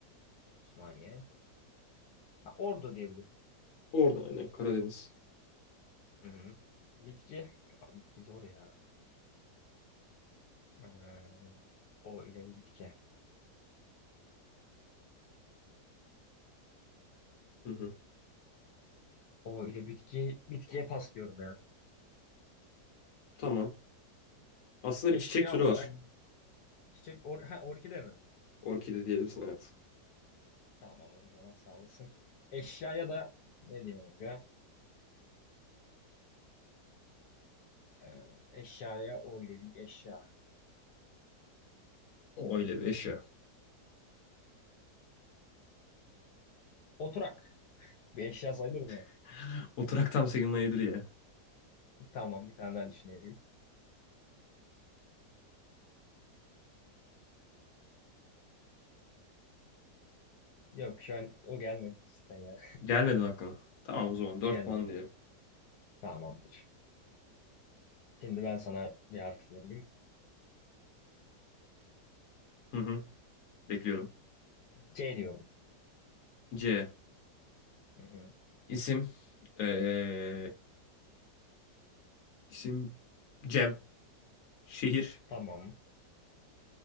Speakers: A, on the left; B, on the left.
A: Osmaniye. Ha, Ordu diyebilirim.
B: Orada aynen. Karadeniz.
A: Hı hı. Bitki. Aa, bitki zor ya. Ee, o ile bir bitki.
B: Hı hı.
A: O ile bitki. Bitkiye pas diyorum ya.
B: Tamam. Aslında
A: Eşya
B: bir çiçek türü
A: olarak
B: var.
A: çiçek or ha, orkide mi?
B: Orkide diyebilirsin evet.
A: Tamam o zaman sağ olasın. Eşyaya da ne diyeyim aga? Ee, eşyaya öyle bir eşya.
B: O öyle bir eşya.
A: Oturak. Bir eşya sayılır mı?
B: <laughs> Oturak tam sayılmayabilir ya.
A: Tamam bir tane daha düşünelim. Yok şu an o gelmedi cidden ya.
B: Gelmedi mi Tamam o zaman dört
A: <laughs> Gelmedi.
B: puan diyelim.
A: Tamamdır. Şimdi ben sana bir harf vereyim.
B: Hı hı. Bekliyorum.
A: C diyorum.
B: C.
A: Hı hı.
B: İsim. Ee, İsim Cem. Şehir
A: Tamam.